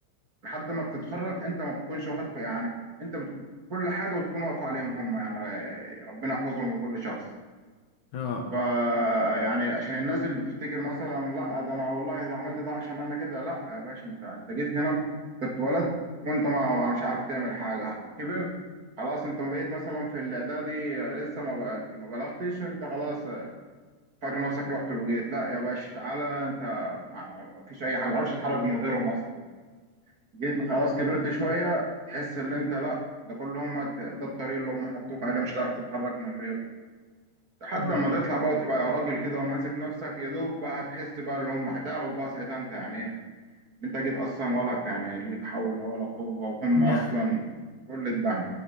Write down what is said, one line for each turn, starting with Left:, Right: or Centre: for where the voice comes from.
Right: لحد ما بتتخرج انت ما بتكونش واخد يعني انت بت... كل حاجه بتكون واقفه عليهم هم يعني ربنا يحفظهم لكل شخص
Left: اه
Right: فيعني عشان الناس اللي بتفتكر مثلا لا ده انا والله ده عملت ده عشان انا كده لا يا باشا انت انت جيت هنا انت اتولدت وانت ما ما- مش عارف تعمل حاجه كبرت خلاص انت ما بقيت مثلا في الاعدادي آه، لسه ما بقى- ما بلغتش انت خلاص آه، فاكر نفسك رحت وجيت لا يا باشا تعالى انت مع- ما فيش اي حاجه ما تعرفش تتحرك من غيرهم اصلا جيت خلاص كبرت شويه تحس ان انت لا ده كل هم ده الطريق اللي هم حطوك عليه مش هتعرف تتحرك من غيره لحد
Left: اه
Right: ما تطلع بقى وتبقى راجل كده وماسك نفسك يا دوب بقى هتحس بقى اللي هم هتعرف بقى ساعتها انت يعني ايه انت جيت اصلا ولا يعني ليك حول ولا قوة وهم
Left: يعني
Right: اصلا كل الدعم